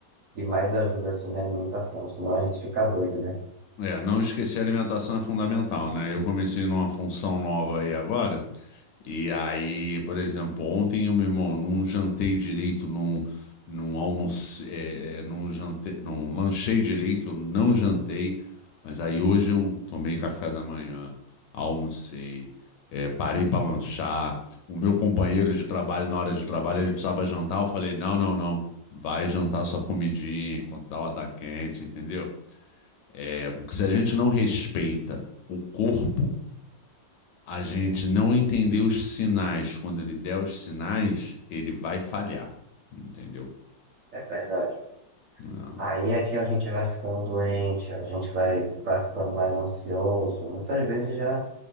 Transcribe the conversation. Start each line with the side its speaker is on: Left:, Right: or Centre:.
Right: de mais ajuda assim na alimentação, senão a gente fica doido, né?
Left: É, não esquecer a alimentação é fundamental, né? Eu comecei numa função nova aí agora, e aí, por exemplo, ontem eu, meu irmão, não jantei direito, não, não almocei, é, é, não jantei, não lanchei direito, não jantei, mas aí hoje eu tomei café da manhã, almocei, é, parei para lanchar. O meu companheiro de trabalho, na hora de trabalho, ele precisava jantar, eu falei, não, não, não, vai jantar sua comidinha enquanto ela tá quente, entendeu? É, porque se a gente não respeita o corpo, a gente não entender os sinais, quando ele der os sinais, ele vai falhar. Entendeu?
Right: É verdade.
Left: Não.
Right: Aí aqui a gente vai ficando doente, a gente vai, vai ficando mais ansioso. Muitas vezes já,